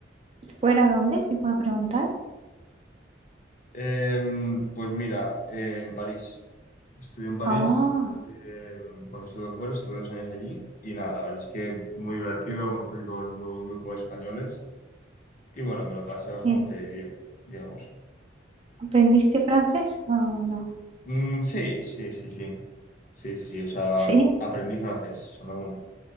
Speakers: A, on the right; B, on the left.
A: ¿Fuera dónde? Si puedo preguntar.
B: Em, pues mira, eh, en París. Estudié en París,
A: Ah,
B: em, cuando estuve fuera, estuve dos años allí y nada, la verdad es que muy divertido, me fui con un buen grupo de españoles y bueno, me lo
A: sí.
B: pasé bastante bien, digamos.
A: ¿Aprendiste francés o no?
B: Mm, sí, sí, sí, sí, sí, sí, sí, o sea,
A: Sí,
B: aprendí francés, o sea, no-